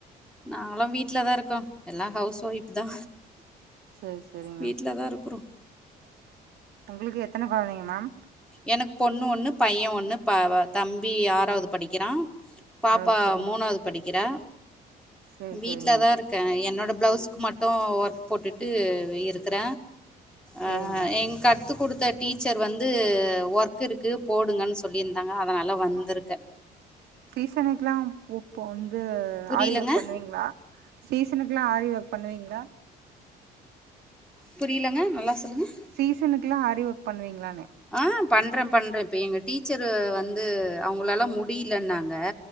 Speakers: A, in the centre; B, on the right.
A: நாங்களாம் வீட்ல தா இருக்கோ எல்லா ஹவுஸ் ஒய்ப்தா
B: செரி செரிங்க
A: வீட்லதா
B: மேம்
A: இருக்குறோ
B: உங்களுக்கு எத்தன கொழந்தைங்க மேம்
A: எனக்கு பொண்ணு ஒன்னு பைய ஒன்னு ப தம்பி ஆறாவது படிக்கிறா பாப்பா
B: ஓ செரிங்க
A: மூணாவது படிக்கிறா
B: செரி
A: வீட்ல
B: செரிங்க மேம்
A: தா இருக் க என்னோட ப்ளவுஸ்க்கு மட்டு ஒர்க் போட்டுட்டு இருக்ற
B: செரிங்க
A: அ
B: மேம்
A: எ கத்துக் குடுத்த டீச்சர் வந்து ஒர்க் இருக்கு போடுங்கன்னு சொல்லியிருந்தாங்க அதனால வந்துருக்க
B: சீசனுக்குல்லா போ இப்போ வந்து
A: புரியலங்க
B: ஆரி ஒர்க் பண்ணுவீங்ளா சீசனுக்கு எல்லா ஆரி ஒர்க் பண்ணுவீங்ளா
A: புரியலங்க நல்லா சொல்லுங்க
B: சீசனுக்குல்லா ஆரி ஒர்க் பண்ணுவீங்களானே
A: ஆ பண்ற பண்ற இப்போ எங்க டீச்சரு வந்து அவங்களாலா முடிலன்னாக